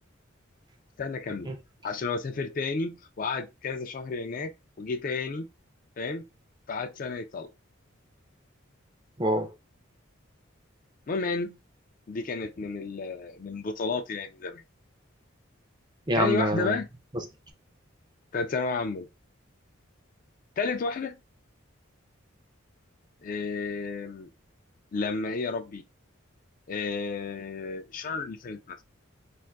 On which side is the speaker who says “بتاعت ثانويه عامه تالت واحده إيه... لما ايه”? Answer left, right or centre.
Left